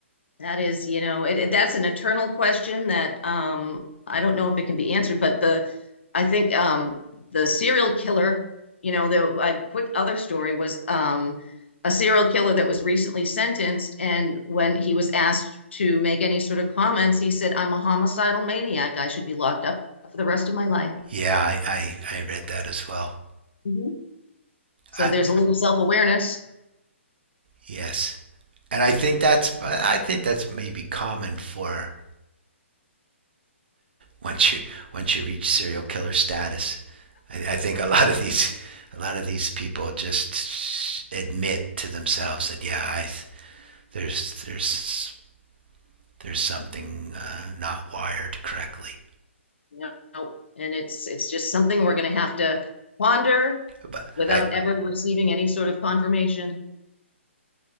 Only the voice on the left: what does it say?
That is, you know, it, it- that's an eternal question that um, I don't know if it can be answered, but the I think um, the serial killer, you know, the I, quick other story was um, a serial killer that was recently sentenced, and when he was asked to make any sort of comments, he said, "I'm a homicidal maniac. I should be locked up for the rest of my life."
Mhm. So
there's a little self-awareness.
No, no. and it's it's just something we're going to have to ponder
without
ever receiving any sort of confirmation.